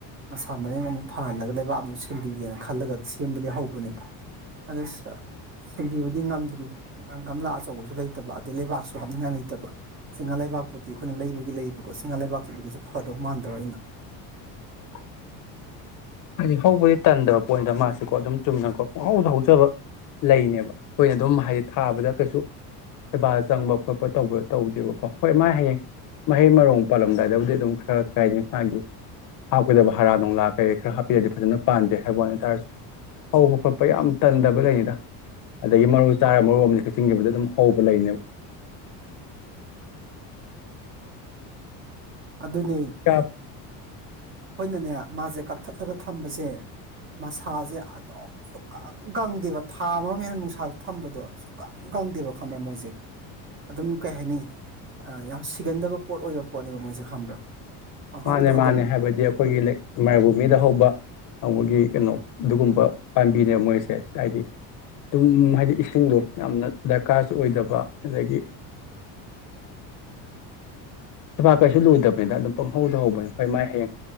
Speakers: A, on the right; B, on the left.
A: ꯃꯁꯥ ꯃꯔꯦꯡ ꯑꯃꯨꯛ ꯐꯍꯜꯂꯒ ꯂꯩꯕꯥꯛ ꯑꯃꯨꯛ ꯁꯦꯝꯕꯤꯒꯦꯅ ꯈꯜꯂꯒ ꯁꯦꯝ ꯕꯗꯤ ꯍꯧꯕꯅꯦꯕ ꯑ ꯁꯦꯝꯕꯤꯕꯗꯤ ꯉꯝꯗ꯭ꯔꯤ ꯒꯝꯂꯥ ꯑꯆꯧꯕꯁꯨ ꯂꯩꯇꯕ ꯑꯗꯩ ꯂꯩꯕꯥꯛꯁꯨ ꯍꯥꯞꯅꯤꯡꯉꯥꯏ ꯂꯩꯇꯕ ꯆꯤꯡꯉꯥ ꯂꯩꯕꯥꯛꯄꯨꯗꯤ ꯑꯩꯈꯣꯏꯅ ꯂꯩꯕꯒꯤ ꯂꯩꯌꯦꯕꯀꯣ ꯆꯤꯡꯉꯥ ꯂꯩꯕꯥꯛꯇꯨꯒꯤꯁꯨ ꯐꯗꯧ ꯃꯥꯟꯗꯕ ꯑꯩꯅ
B: <unintelligible> ꯍꯥꯏꯗꯤ ꯍꯧꯕꯗꯤ ꯇꯟꯗꯕ ꯄꯣꯏꯟꯗ ꯃꯥꯁꯤꯀꯣ ꯑꯗꯨꯝ ꯆꯨꯝꯅꯀꯣ ꯄꯨꯡꯍꯧꯗ ꯍꯧꯖꯕ ꯂꯩꯅꯦꯕ ꯑꯩꯈꯣꯏꯅ ꯑꯗꯨꯝ ꯍꯥꯏꯗꯤ ꯊꯥꯕꯗ ꯀꯩꯁꯨ ꯁꯦꯕꯥ ꯆꯪꯕ ꯈꯣꯠꯄ ꯇꯧꯕ ꯇꯧꯗꯦꯕꯀꯣ ꯍꯣꯏ ꯃꯥꯥꯏ ꯍꯌꯦꯡ ꯃꯍꯩ ꯃꯔꯣꯡ ꯄꯥꯜꯂꯝꯗꯥꯏꯗꯕꯨꯗꯤ ꯑꯗꯨꯝ ꯈꯔ ꯀꯥꯏꯗ ꯃꯥꯒꯤ ꯍꯥꯞꯀꯗꯕ ꯍꯥꯔ ꯅꯨꯡꯂꯥ ꯀꯩꯩ ꯈꯔ ꯁꯤꯗꯗꯤ ꯐꯖꯅ ꯄꯥꯟꯗꯦ ꯍꯥꯏꯕ ꯋꯥ ꯇꯥꯔꯁꯨ ꯍꯧꯕ ꯈꯣꯠꯄ ꯌꯥꯝ ꯇꯟꯗꯕ ꯂꯩꯅꯤꯅ ꯑꯗꯒꯤ ꯃꯔꯨ ꯆꯥꯔꯒ ꯃꯔꯨ ꯑꯃꯗꯤ ꯀꯛꯆꯤꯡꯈꯤꯕꯗ ꯑꯗꯨꯝ ꯍꯧꯕ ꯂꯩꯅꯦꯕ <inaudible>
A: ꯑꯗꯨꯅꯤ
B: ꯀꯌꯥ
A: ꯑꯩꯈꯣꯏꯅꯅꯦ ꯃꯥꯁꯦ ꯀꯛꯊꯠꯂꯒ ꯊꯝꯕꯁꯦ ꯃꯁꯥꯁꯦ ꯑꯗꯨꯝ ꯁꯨꯛꯀꯪ ꯀꯪꯗꯦꯕ ꯊꯥ ꯃꯔꯣ ꯍꯦꯟꯅ ꯅꯨꯡꯁꯥꯗ ꯊꯝꯕꯗꯣ ꯁꯨꯛꯀꯪ ꯈꯪꯗꯦꯕ ꯈ ꯑꯃꯔ ꯃꯣꯏꯁꯦ ꯑꯗꯨꯝ ꯀꯩ ꯍꯥꯏꯅꯤ ꯌꯥꯝ ꯁꯤꯒꯟꯗꯕ ꯄꯣꯠ ꯑꯣꯏꯕ ꯄꯣꯠꯅꯦꯕ ꯃꯣꯏꯁꯦ ꯈꯪꯕ꯭ꯔꯥ ꯑ ꯍꯗ
B: ꯃꯥꯅꯦ
A: ꯍꯒ
B: ꯃꯥꯅꯦ ꯍꯥꯏꯕꯗꯤ ꯑꯩꯈꯣꯏꯒꯤ ꯃꯥꯏꯔꯥꯚꯨꯃꯤꯗ ꯍꯧꯕ ꯅꯒꯤ ꯀꯩꯅꯣ ꯑꯗꯨꯒꯨꯝꯕ ꯄꯥꯝꯕꯤꯅꯦ ꯃꯣꯏꯁꯦ ꯍꯥꯏꯗꯤ ꯑꯗꯨꯝ ꯍꯥꯏꯗꯤ ꯏꯁꯤꯡꯗꯣ ꯌꯥꯝꯅ ꯗꯔꯀꯥꯔꯁꯨ ꯑꯣꯏꯗꯕ ꯑꯗꯒꯤ ꯊꯕ ꯀꯩꯁꯨ ꯂꯣꯏꯗꯕꯅꯤꯅ ꯑꯗꯨꯝ ꯄꯪꯍꯧꯗ ꯍꯧꯕꯅꯦ ꯍꯣꯏ ꯃꯥ ꯍꯌꯦꯡ